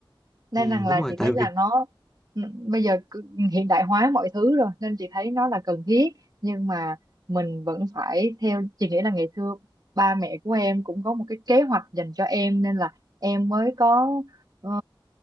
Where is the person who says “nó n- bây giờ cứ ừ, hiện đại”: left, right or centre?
Right